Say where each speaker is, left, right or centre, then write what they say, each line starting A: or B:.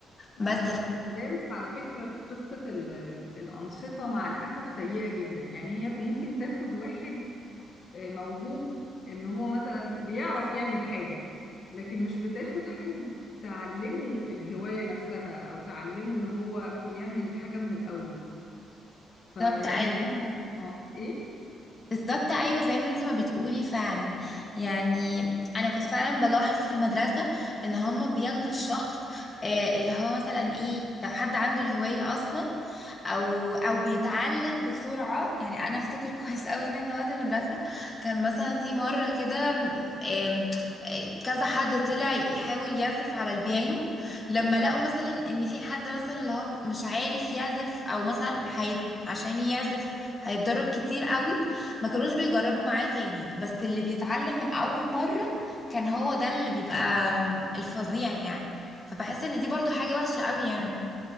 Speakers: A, on the left; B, on the left.
A: بس
B: اه لا المدارس على فكرة في قصة ال- الأنشطة مع الأسف سيئة جدا يعني هي ممكن تاخد واحد آه، موهوب إن هو مثلا بيعرف يعمل حاجة لكن مش بتاخد حد تعلمه الهواية نفسها أو تعلمه إن هو يعمل الحاجة من الأول فيعني
A: فللأسف
B: أنا مثلا اه إيه؟
A: بالظبط ايوه زي ما انت ما بتقولي فعلا يعني انا كنت فعلا بلاحظ في المدرسه ان هما بياخدوا الشخص آه، اللي هو مثلا ايه لو حد عنده الهوايه اصلا او او بيتعلم بسرعه يعني انا افتكر <laughs> كويس قوي ان احنا وقت المدرسه كان مثلا في مره كده آم، آم، كذا حد طلع يحاول يعزف على البيانو لما لقوا مثلا ان في حد مثلا اللي هو مش عارف يعزف او مثلا حي... عشان يعزف هيتدرب كتير قوي ما كانوش بيجربوا معاه تاني بس اللي بيتعلم من اول مرة كان هو ده اللي بيبقى آم، الفظيع يعني فبحس ان دي برضو حاجة وحشة قوي يعني